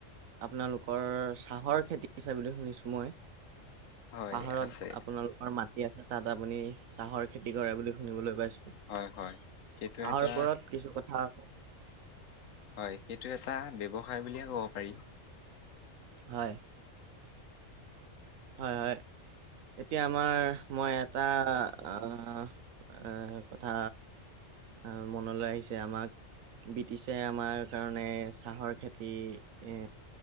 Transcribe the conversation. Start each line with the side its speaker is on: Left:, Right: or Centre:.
Right: আপোনালোকৰ চাহৰ খেতি পিছা বুলি শুনিছোঁ মই।
Left: হয়
Right: পাহাৰত
Left: আছে
Right: আপোনালোকৰ মাত কি আছে তাত আপুনি চাহৰ খেতি কৰে বুলি শুনিবলৈ পাইছোঁ।
Left: হয় হয় সেইটো
Right: হাঁহৰ
Left: এটা
Right: ওপৰত কিছু কথা
Left: হয়, সেইটো এটা ব্যৱসায় বুলিয়ে ক'ব পাৰি।
Right: হয়। হয় হয়, এতিয়া আমাৰ মই এটা আ, এ, কথা আ, মনলৈ আহিছে আমাক। ব্ৰিটিছে আমাৰ কাৰণে চাহৰ খেতি এ